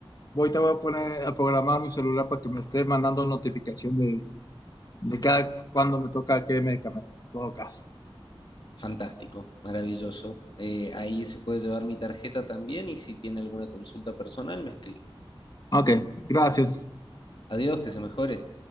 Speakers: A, on the left; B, on the left.
A: voy te voy a poner a programar mi celular para que me esté mandando notificación de, de cada cuando me toca qué medicamento. En todo caso.
B: Fantástico, maravilloso. Eh, ahí se puede llevar mi tarjeta también y si tiene alguna consulta personal me escribe.
A: Ok, gracias.
B: adiós, que se mejore